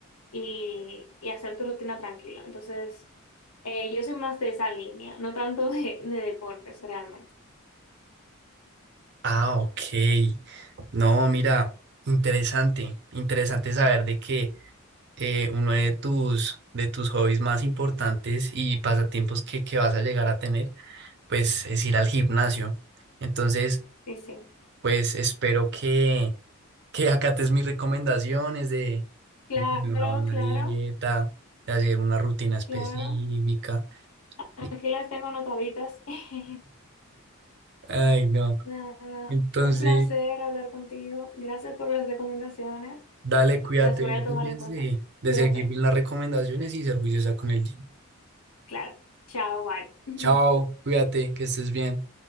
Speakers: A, on the left (about 80°); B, on the right (about 50°).
A: y, y hacer tu rutina tranquilo. Entonces... Eh, yo soy más de esa línea, no tanto de, de deportes realmente.
B: Ah, ok. No, mira, interesante, interesante saber de que eh, uno de tus, de tus hobbies más importantes y pasatiempos que, que vas a llegar a tener, pues es ir al gimnasio. Entonces,
A: Sí, sí.
B: pues espero que, que <laughs> acates mis recomendaciones de
A: Claro,
B: tener una buena
A: claro,
B: dieta, de hacer una rutina específica.
A: claro. Aquí
B: <laughs>
A: las tengo anotaditas. <laughs>
B: Ay, no.
A: Nada,
B: Entonces,
A: un placer hablar contigo. Gracias por las recomendaciones.
B: dale, cuídate,
A: Las voy
B: no
A: a
B: te
A: tomar
B: olvides
A: en cuenta.
B: de, de
A: Cuídate.
B: seguir bien las recomendaciones y ser juiciosa con el gym.
A: Claro. Chao, bye.
B: Chao,
A: <laughs>
B: cuídate, que estés bien.